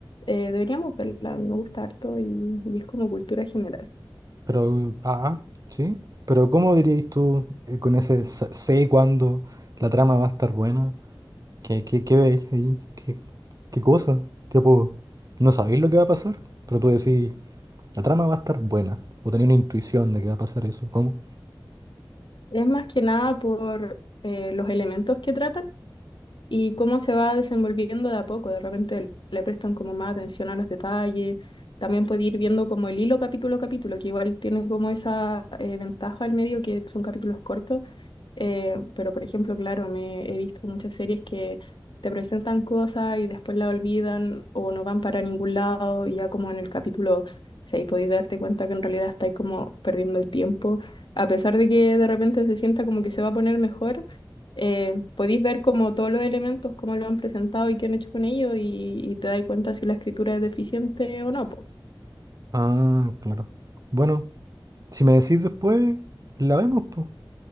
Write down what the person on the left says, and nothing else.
Eh, deberíamos verla, a mí me gusta harto y, y es como cultura general.
Es más que nada por eh, los elementos que tratan y cómo se va desenvolviendo de a poco. De repente le prestan como más atención a los detalles. También puede ir viendo como el hilo capítulo a capítulo, que igual tiene como esa eh, ventaja al medio que son capítulos cortos Eh, pero, por ejemplo, claro, me he visto muchas series que te presentan cosas y después la olvidan o no van para ningún lado y ya como en el capítulo 6 podéis darte cuenta que en realidad estáis como perdiendo el tiempo. A pesar de que de repente se sienta como que se va a poner mejor, eh, podéis ver como todos los elementos, cómo lo han presentado y qué han hecho con ellos y, y te dais cuenta si la escritura es deficiente o no, po.